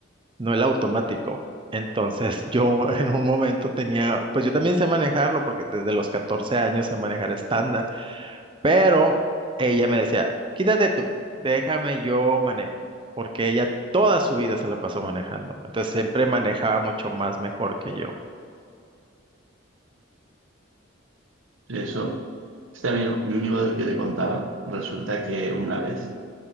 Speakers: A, on the right; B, on the right.
A: no el automático. Entonces yo <laughs> en un momento tenía, pues yo también sé manejarlo porque desde los 14 años sé manejar estándar, pero ella me decía, quítate tú, déjame yo manejo, porque ella toda su vida se la pasó manejando. Entonces siempre manejaba mucho más mejor que yo.
B: Y eso, este amigo, amigo del que te contaba, resulta que una vez